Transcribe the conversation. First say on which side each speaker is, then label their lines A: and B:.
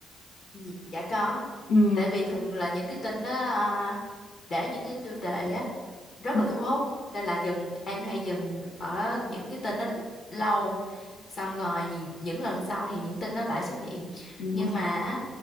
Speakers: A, on the left; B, on the left.
A: dạ dạ có
B: Ừ.
A: tại vì thường là những cái tin đó à, để những cái tiêu đề á rất
B: Ừ,
A: là thu hút nên là dừng em hay dừng ở những cái tin đó lâu xong rồi nhì- những lần sau thì những tin đó lại xuất hiện
B: ừ,
A: nhưng mà á-